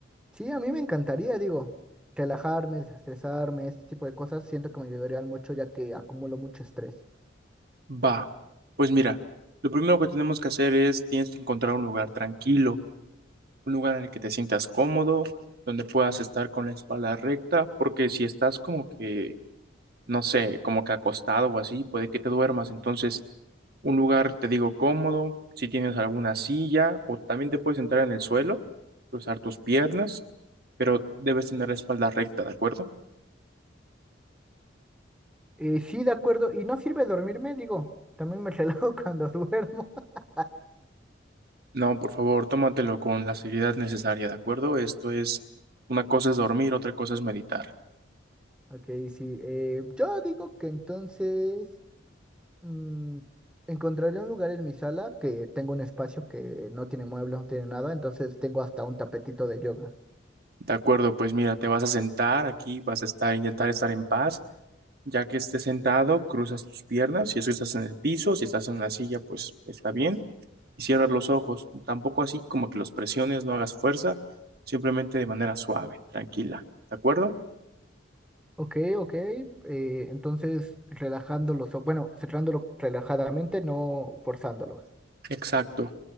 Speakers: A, in the centre; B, on the right (about 50°).
A: Sí, a mí me encantaría, digo, relajarme, desestresarme, este tipo de cosas, siento que me ayudarían mucho ya que acumulo mucho estrés.
B: Va, pues mira, lo primero que tenemos que hacer es tienes que encontrar un lugar tranquilo, un lugar en el que te sientas cómodo, donde puedas estar con la espalda recta, porque si estás como que no sé, como que acostado o así, puede que te duermas. Entonces, un lugar, te digo, cómodo, si tienes alguna silla o también te puedes sentar en el suelo, cruzar tus piernas, pero debes tener la espalda recta, ¿de acuerdo?
A: Eh, sí, de acuerdo, y no sirve dormirme, digo, también me <laughs> relajo cuando duermo. <laughs>
B: No, por favor, tómatelo con la seriedad necesaria, ¿de acuerdo? Esto es, una cosa es dormir, otra cosa es meditar.
A: Ok, sí, eh, yo digo que entonces mm, encontraré un lugar en mi sala que tengo un espacio que no tiene muebles, no tiene nada, entonces tengo hasta un tapetito de yoga.
B: De acuerdo, pues mira, te vas a sentar aquí, vas a estar, intentar estar en paz Ya que estés sentado, cruzas tus piernas. Si es que estás en el piso, si estás en una silla, pues está bien. Y cierras los ojos. Tampoco así como que los presiones, no hagas fuerza, simplemente de manera suave, tranquila. ¿De acuerdo?
A: Ok, ok, eh, entonces relajándolo, so- bueno, cerrándolo relajadamente, no forzándolo.
B: Exacto.